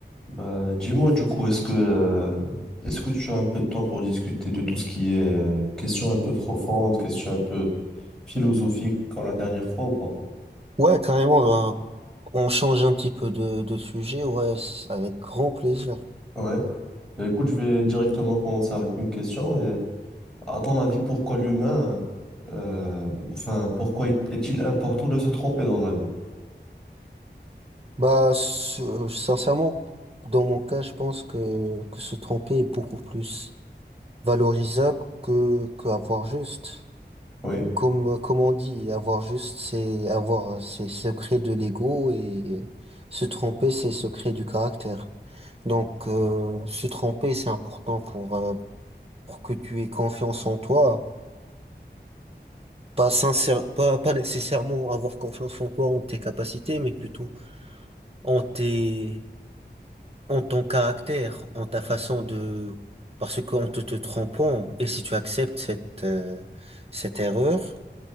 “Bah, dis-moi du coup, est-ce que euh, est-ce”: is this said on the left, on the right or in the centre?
Centre